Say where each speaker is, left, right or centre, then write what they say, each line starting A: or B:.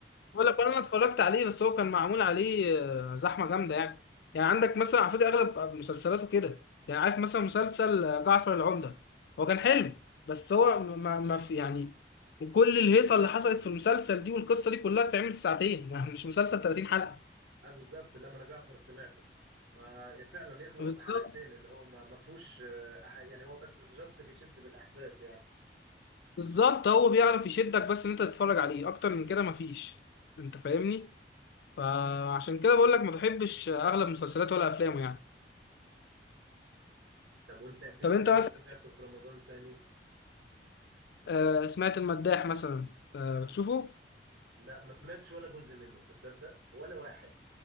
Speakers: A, on the left; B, on the right.
A: بقول لك انا اتفرجت عليه بس هو كان معمول عليه آه، زحمه جامده يعني يعني عندك مثلا على فكره اغلب مسلسلاته كده يعني عارف مثلا مسلسل آه، جعفر العمده هو كان حلو بس هو ما, ما في يعني كل الهيصه اللي حصلت في المسلسل دي والقصه دي كلها بتتعمل في ساعتين <laughs> مش مسلسل 30 حلقه
B: اه بالظبط لما انا جعفر سمعته ما- فعلا يخلص
A: بالظبط
B: في حلقتين اللي هو ما ما فيهوش آه، أح- يعني هو بس جاست بيشد بالاحداث يعني
A: بالظبط هو بيعرف يشدك بس ان انت تتفرج عليه اكتر من كده مفيش انت فاهمني فعشان كده بقول لك ما بحبش اغلب مسلسلاته ولا افلامه يعني
B: طب وانت في
A: طب
B: ايه
A: انت
B: طيب
A: مثلا
B: سمعته في رمضان تاني
A: آه، سمعت المداح مثلا آه، بتشوفه؟
B: لا ما سمعتش ولا جزء منه تصدق ولا واحد